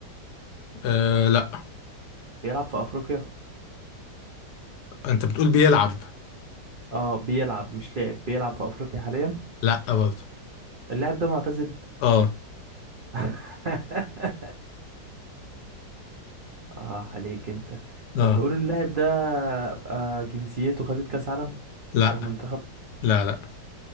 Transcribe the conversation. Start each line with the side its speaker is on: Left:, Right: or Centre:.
Left: آه لا
Right: بيلعب في افريقيا
Left: انت بتقول بيلعب
Right: اه بيلعب مش لاعب بيلعب في افريقيا حاليا
Left: لا برضه
Right: اللاعب ده معتزل
Left: اه
Right: <laughs> اه عليك انت طب
Left: اه
Right: نقول اللاعب ده آه جنسيته خدت كاس عالم
Left: لا
Right: المنتخب
Left: لا لا